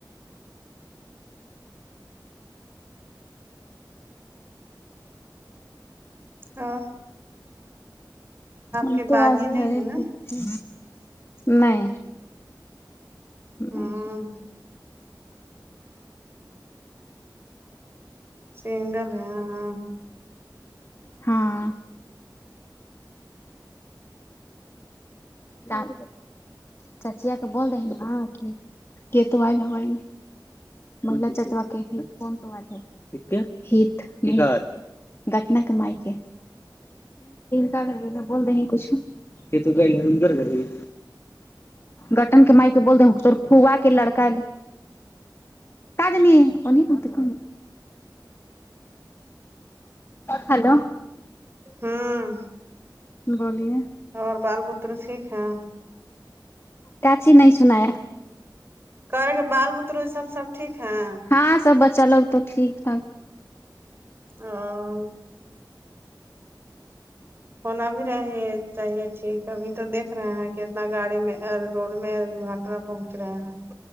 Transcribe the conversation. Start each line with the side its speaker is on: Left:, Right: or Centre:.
Right: ہاں
Left: ہم
Right: کی
Left: تو
Right: باجی
Left: آج
Right: نہیں
Left: گھر
Right: ہے
Left: ہی
Right: نا
Left: پہ تھے میں میں
Right: ہ سنگل ہے ہاں
Left: ہاں چار چاچی ا کے بول رہے ن کہ کیتوہ ہوے منگلا چچ واکی ہی فون تو وال ہی <unintelligible> گٹنا کے مائک گھر بول دے ہیں کچھ نہیں گٹن کے مائی کے بول دے تو فوا کے لڑکا تج نہیں ان ہی مت ک ہلو
Right: ہوں
Left: بولیئے
Right: اور بال پتر ٹھیک ہے
Left: کاچی نہیں سنایا
Right: کرے کے بال بترو سب سب ٹھیک ہے
Left: ہاں سب بچا لوگ تو ٹھیک ٹھاک
Right: آ ں ہونا بھی رہا چاہیے اچ ٹھیک ہے ابھی تو دیکھ رہے ہیں کہ اتنا گاڑی میں روڈ میں ڈاکٹرن پہنچ رہے ہیں